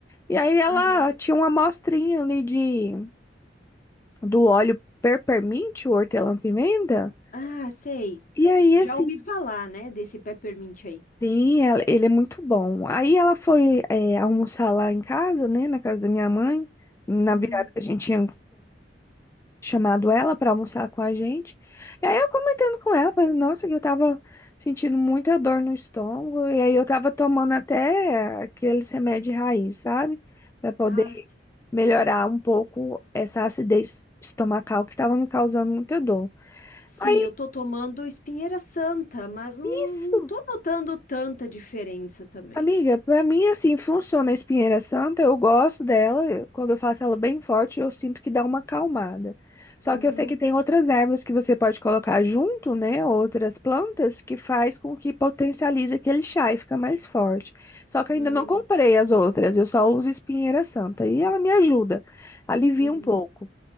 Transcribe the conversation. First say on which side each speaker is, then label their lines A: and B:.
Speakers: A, on the left (about 15°); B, on the left (about 50°).
A: E aí ela
B: aham.
A: tinha uma amostrinha ali de, do óleo peppermint, o hortelã-pimenta.
B: Ah, sei.
A: E aí,
B: Já
A: esse
B: ouvi falar, né, desse peppermint aí.
A: sim, ela- ele é muito bom. Aí ela foi, é, almoçar lá em casa, né? Na casa da minha mãe, na
B: Uhum.
A: virada que a gente tinha chamado ela para almoçar com a gente. E aí eu comentando com ela, falei, nossa, que eu tava sentindo muita dor no estômago, e aí eu tava tomando até aqueles remédios raiz, sabe? Para poder
B: Ah, sim.
A: melhorar um pouco essa acidez estomacal que tava me causando muita dor.
B: Sim,
A: Aí,
B: eu tô tomando espinheira santa, mas não,
A: isso!
B: não tô notando tanta diferença também.
A: Amiga, pra mim assim funciona a espinheira santa, eu gosto dela, eu- quando eu faço ela bem forte, eu sinto que dá uma acalmada. Só
B: Uhum,
A: que eu sei que tem outras ervas que você pode colocar junto, né, outras plantas que faz com que potencialize aquele chá e fica mais forte. Só que eu
B: hum,
A: ainda não comprei as outras, eu só uso espinheira santa e ela me ajuda, alivia
B: uhum,
A: um pouco.